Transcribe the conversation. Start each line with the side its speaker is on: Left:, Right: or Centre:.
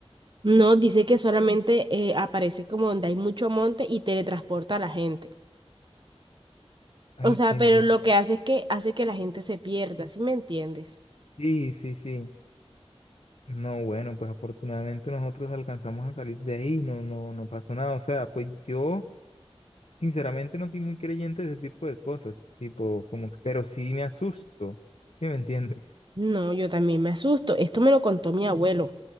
Right: No, dice que solamente eh, aparece como donde hay mucho monte y teletransporta a la gente.
Left: Ay,
Right: O sea,
Left: qué
Right: pero
Left: miedo.
Right: lo que hace es que hace que la gente se pierda, ¿sí me entiendes?
Left: Sí, sí, sí. No, bueno, pues afortunadamente nosotros alcanzamos a salir de ahí, no, no, no pasó nada. O sea, pues yo Sinceramente no soy muy creyente de ese tipo de cosas, tipo, como que, pero sí me asusto, ¿sí me entiendes?
Right: No, yo también me asusto. Esto me lo contó mi abuelo,